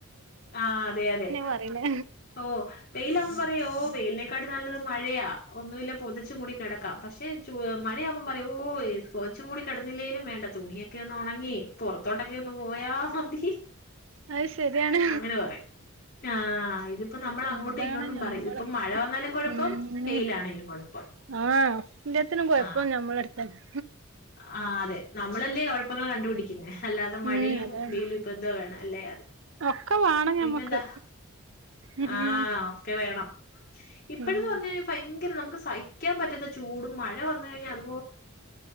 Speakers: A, on the left; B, on the right.
A: ആ അതെ അതെ
B: പറയണേ
A: ഓ വെയിലാമ്പറയാ ഓ വെയിലിനേക്കാട്ടി നല്ലത് മഴയാ ഒന്നൂല്ല പൊതച്ചുമൂടി കിടക്കാം പക്ഷെ മഴയാകുമ്പോ പറ ഓ പൊതച്ചുമൂടി കിടന്നില്ലേലും വേണ്ട തുണിയൊക്കെ ഒന്ന് ഉണങ്ങി പുറ തുട കന്നും പോയാമതി
B: അത് ശരിയാണ്
A: അങ്ങനെ പറയും ആഹ ഇതിപ്പോ നമ്മൾ അങ്ങോട്ടും
B: അതാണ്
A: ഇങ്ങോട്ടും
B: ഞമ്മള്
A: പറയും ഇതിപ്പ മഴ വന്നാലും കുഴപ്പം
B: ഉം
A: വെയിലാണെങ്കിലും കുഴപ്പം
B: ആഹ് എല്ലാത്തിനും കൊഴപ്പം
A: ആ
B: ഞമ്മളെടുത്തന്നെ
A: ആ അതെ നമ്മളല്ലേ കുഴപ്പങ്ങള് കണ്ടപിടിക്ക അല്ലാതെ മഴയും
B: ഉം അതാണ്
A: വെയിലുപ്പന്തോ വേണം അല്ലേ
B: ഒക്കെ വാണം
A: പിന്നെന്താ
B: ഞമ്മക്ക് ഉം
A: ആ ഒക്കെ വേണം ഇപ്പഴ്ന്ന്
B: ഉം
A: പറഞ്ഞകഴിഞാ ഭയങ്കര നമുക്ക് സഹിക്കാൻ പറ്റാത്ത ചൂ ചൂടും മഴ വന്ന കഴിഞ്ഞാൽ അ